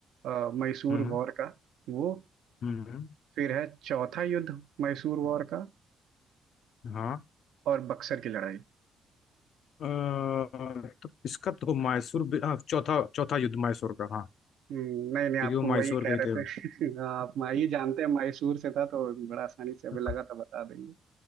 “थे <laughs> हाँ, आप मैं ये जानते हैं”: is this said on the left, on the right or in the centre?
Right